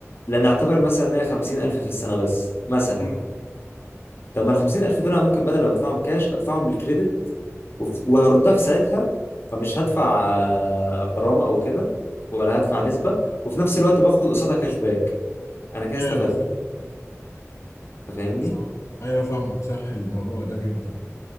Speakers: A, on the left; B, on the left.
A: لنعتبر مثلا ان هي 50000 في السنه بس مثلا
B: امم
A: طب ما ال 50000 دول انا ممكن بدل ما ادفعهم كاش ادفعهم بالكريدت وف- وهردها في ساعتها فمش هدفع آه، غرامه او كده ولا هدفع نسبه وفي نفس الوقت باخد قصادها كاش باك انا كده استفدت
B: ايوه صح
A: أنت فاهمني
B: صح ايوه فاهمك صح الموضوع ده جدا